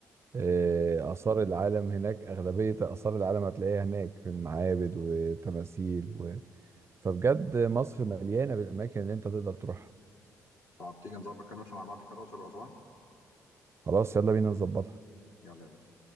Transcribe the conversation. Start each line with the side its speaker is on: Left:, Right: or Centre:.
Right: آه، آثار العالم هناك أغلبية آثار العالم هتلاقيها هناك في المعابد وتماثيل و... فبجد مصر مليانة بالأماكن اللي أنت تقدر تروحها
Left: آه، طب تيجي نظبط كده نطلع مع بعض كده الأقصر وأسوان
Right: خلاص يلا بينا نظبطها
Left: يلا يا باشا